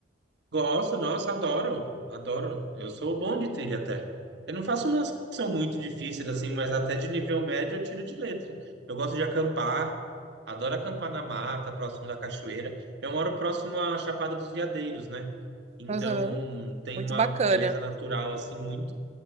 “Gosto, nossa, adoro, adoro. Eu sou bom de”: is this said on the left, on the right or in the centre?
Right